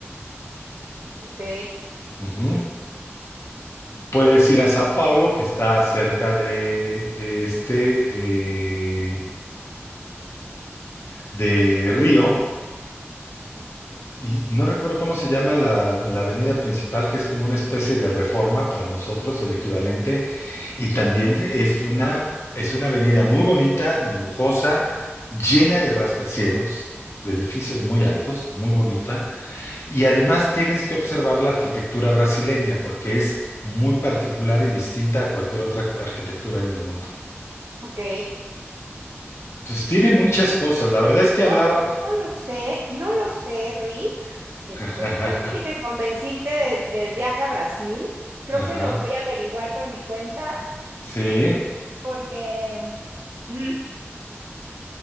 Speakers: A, on the right; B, on the left.
A: Ok.
B: Ujú. Puedes ir a Sao Paulo, que está cerca de, de este, de, de Río, Y no recuerdo cómo se llama la, la avenida principal, que es como una especie de reforma para nosotros, el equivalente. Y también es una, es una avenida muy bonita, lujosa, llena de rascacielos, de edificios muy altos, muy bonita. Y además tienes que observar la arquitectura brasileña, porque es muy particular y distinta a cualquier otra arquitectura en el mundo.
A: Ok.
B: Entonces tiene muchas cosas. La verdad es que hablar...
A: No, no lo sé. No lo sé, Rick. Este,
B: <laughs>
A: no sé si me convenciste de- del viaje a Brasil. Creo
B: Ajá,
A: que lo voy a averiguar por mi cuenta.
B: sí,
A: porque mm,